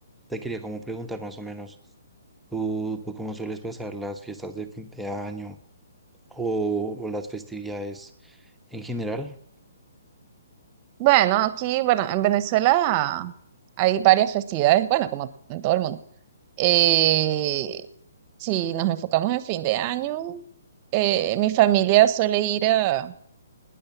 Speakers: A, in the centre; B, on the right.
A: te quería como preguntar más o menos, ¿tú, tú cómo sueles pasar las fiestas de fin de año o, o las festividades en general?
B: Bueno, aquí, bueno, en Venezuela hay varias festividades, bueno, como en todo el mundo. Eh, si nos enfocamos en fin de año, eh, mi familia suele ir a,